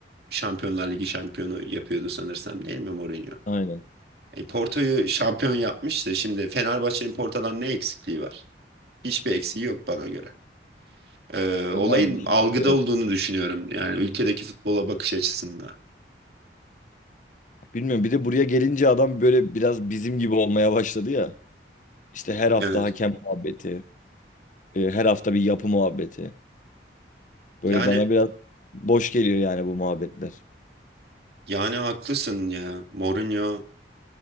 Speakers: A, on the right (about 60°); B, on the left (about 45°).
A: Şampiyonlar Ligi şampiyonu yapıyordu sanırsam değil mi Mourinho?
B: Aynen.
A: E, Porto'yu şampiyon yapmış da şimdi Fenerbahçe'nin Porto'dan ne eksikliği var? Hiçbir eksiği yok bana göre. E,
B: Yani
A: olayın algıda
B: evet.
A: olduğunu düşünüyorum. Yani ülkedeki futbola bakış açısında.
B: Bilmiyorum. Bir de buraya gelince adam böyle biraz bizim gibi olmaya başladı ya. İşte her hafta
A: Evet.
B: hakem muhabbeti, e, her hafta bir yapı muhabbeti. Böyle
A: Yani
B: bana biraz boş geliyor yani bu muhabbetler.
A: yani haklısın ya. Mourinho